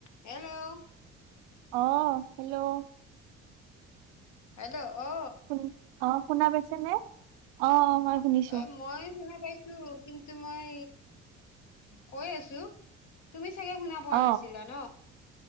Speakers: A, on the left; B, on the right.
A: Hello
B: অ hello
A: hello অ
B: শুনি অ শুনা পাইছে নে অ মই শুনিছো।
A: এ মই শুনা পাইছো কিন্তু মই কৈ আছো তুমি চাগে শুনা পোৱা
B: অ
A: নাছিলা ন